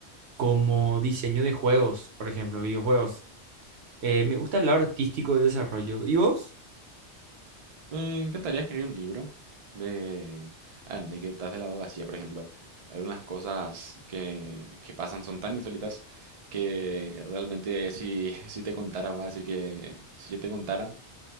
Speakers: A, on the right; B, on the right.
A: como diseño de juegos, por ejemplo, videojuegos. Eh, me gusta el lado artístico de desarrollo. ¿Y vos?
B: Me encantaría escribir un libro de anécdotas de la abogacía, por ejemplo. Algunas cosas que, que pasan son tan insólitas que realmente si, <laughs> si te contaran, va a decir que si yo te contaran,